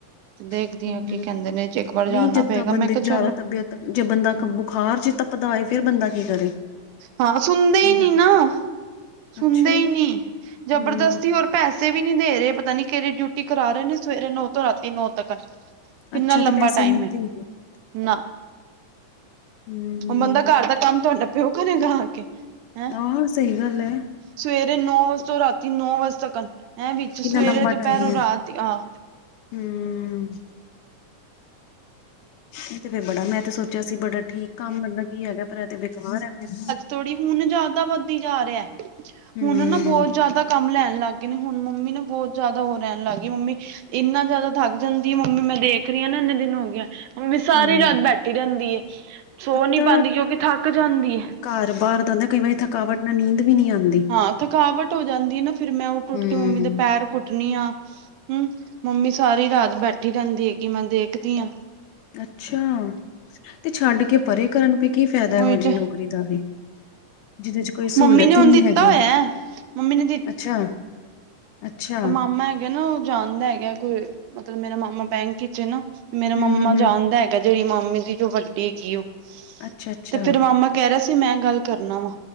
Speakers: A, on the right; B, on the left.
A: ਦੇਖਦੀ
B: ਹੂੰ-ਹੂੰ
A: ਆ ਕੀ ਕਹਿੰਦੇ ਨੇ, ਇੱਕ ਵਾਰ ਜਾਣਨਾ
B: ਨਹੀਂ ਜਿੱਦਾਂ
A: ਪਏਗਾ
B: ਬੰਦੇ
A: ਮੈਂ ਕਿਹਾ
B: ਦੀ ਜ਼ਿਆਦਾ
A: ਚਲੋਂ।
B: ਤਬੀਅਤ ਜੇ ਬੰਦਾ ਕ ਬੁਖਾਰ ਚੇ ਤਪਦਾ ਹੋਏ, ਫਿਰ ਬੰਦਾ ਕੀ ਕਰੇ।
A: ਹਾਂ ਸੁਣਦੇ
B: ਬੰਦਾ
A: ਹੀ ਨੀ ਨਾ। ਸੁਣਦੇ
B: ਅੱਛਾ ਜੀ
A: ਹੀ ਨੀ, ਜ਼ਬਰਦਸਤੀ
B: ਹੂੰ
A: ਹੋਰ ਪੈਸੇ ਵੀ ਨਹੀਂ ਦੇ ਰਹੇ ਪਤਾ ਨੀ ਕਿਹੜੇ ਡਿਊਟੀ ਕਰਾ ਰਹੇ ਨੇ ਸਵੇਰੇ ਨੌ ਤੋਂ ਰਾਤੀ ਨੌ ਤੱਕ। ਕਿੰਨਾ
B: ਅੱਛਾ
A: ਲੰਬਾ
B: ਤੇ ਪੈਸੇ
A: ਟਾਈਮ
B: ਵੀ ਨੀ
A: ਐ,
B: ਦੇਂਦੇ
A: ਨਾ
B: ਹੂੰ
A: ਹੁਣ ਬੰਦਾ ਘਰ ਦਾ ਕੰਮ ਤੁਹਾਡਾ ਪਿਉ ਕਰੇਗਾ ਆ ਕੇ। ਹੈਂ,
B: ਆਹ ਸਹੀ ਗੱਲ ਹੈ
A: ਸਵੇਰੇ ਨੌ ਵਜੇ ਤੋਂ ਰਾਤੀ ਨੌ ਵਜੇ ਤੱਕਨ ਹੈਂ, ਵਿੱਚ ਸਵੇਰੇ
B: ਕਿੰਨਾ ਲੰਬਾ
A: ਦੁਪਹਿਰੋਂ
B: ਟਾਈਮ ਹੈ
A: ਰਾਤ ਹੀ ਆ।
B: ਹੂੰ ਇਹ ਤੇ ਫੇਰ ਬੜਾ, ਮੈਂ ਤੇ ਸੋਚਿਆ ਸੀ ਬੜਾ ਠੀਕ ਕੰਮ ਮੈਨੂੰ ਕੀ ਹੈਗਾ, ਪਰ ਇਹ ਤੇ ਬੇਕਾਰ ਐ ਫੇਰ।
A: ਥੋੜੀ ਹੁਣ ਜ਼ਿਆਦਾ ਵੱਧਦੀ ਜਾ ਰਿਹਾ,
B: ਹੂੰ-ਹੂੰ
A: ਹੁਣ ਨਾ ਬਹੁਤ ਜ਼ਿਆਦਾ ਤਾਂ ਕੰਮ ਲੈਣ ਲੱਗ ਗਏ ਨੇ, ਹੁਣ ਮੰਮੀ ਨਾ ਬਹੁਤ ਜ਼ਿਆਦਾ ਉਹ ਰਹਿਣ ਲੱਗ ਗਈ, ਮੰਮੀ ਇਨਾ ਜ਼ਿਆਦਾ ਥੱਕ ਜਾਂਦੀ ਆ, ਮੰਮੀ ਮੈਂ ਦੇਖ ਰਹੀ ਆ ਨਾ ਇੰਨੇ ਦਿਨ ਹੋ ਗਿਆ, ਮੰਮੀ ਸਾਰੀ
B: ਹੂੰ,
A: ਰਾਤ ਬੈਠ ਰਹਿੰਦੀ ਐ, ਸੋ
B: ਪਤਾ
A: ਨੀ ਪਾਉਂਦੀ ਕਿਉਂਕਿ ਥੱਕ ਜਾਂਦੀ ਐ।
B: ਘਰ ਬਾਹਰ ਦਾ ਆਦਾ ਕਈ ਵਾਰੀ ਥਕਾਵਟ ਨਾਲ ਨੀਂਦ ਵੀ ਨਹੀਂ ਆਂਦੀ।
A: ਹਾਂ, ਥਕਾਵਟ ਹੋ ਜਾਂਦੀ ਨਾ, ਫਿਰ ਮੈਂ ਉਠ ਉਠ
B: ਹੂੰ,
A: ਕੇ ਮੰਮੀ ਦੇ ਪੈਰ ਕੁੱਟਣੀ ਆ। ਹੂੰ, ਮੰਮੀ ਸਾਰੀ ਰਾਤ ਬੈਠੀ ਰਹਿੰਦੀ ਹੈਗੀ ਕਿ ਮੈਂ ਦੇਖਦੀ ਆ।
B: ਅੱਛਾ, ਤੇ ਛੱਡ ਕੇ ਪਰੇ ਕਰਨ ਫੇ ਕੀ ਫਾਇਦਾ ਇਹੋ
A: ਉਹੀ ਤੇ
B: ਜੀ ਨੌਕਰੀ ਦਾ ਵੀ। ਜਿਹਦੇ ਚ ਕੋਈ
A: ਮੰਮੀ
B: ਸਹੂਲਤ
A: ਨੇ ਹੁਣ
B: ਹੀ ਨਹੀਂ
A: ਦਿੱਤਾ
B: ਹੈਗੀ,
A: ਹੋਇਆ। ਮੰਮੀ ਨੇ
B: ਅੱਛਾ। ਅੱਛਾ
A: ਮੰਮਾ ਹੈਗਾ ਨਾ, ਉਹ ਜਾਣਦਾ ਹੈਗਾ ਕੋਈ ਮਤਲਬ ਮੇਰਾ ਮਾਮਾ ਬੈਂਕ ਵਿਚ ਨਾ, ਮੇਰਾ ਮਾਮਾ
B: ਹੂੰ, ਹੂੰ,
A: ਜਾਣਦਾ
B: ਹੂੰ।
A: ਹੈਗਾ, ਜਿਹੜੀ ਮਾਮੀ ਦੀ ਜੋ ਵੱਡੀ ਹੈਗੀ ਉਹ
B: ਅੱਛਾ, ਅੱਛਾ,
A: ਤੇ ਫੇਰ ਮਾਮਾ ਕਹਿ ਰਿਹਾ ਸੀ, ਮੈਂ ਗੱਲ ਕਰਨਾ ਵਾ,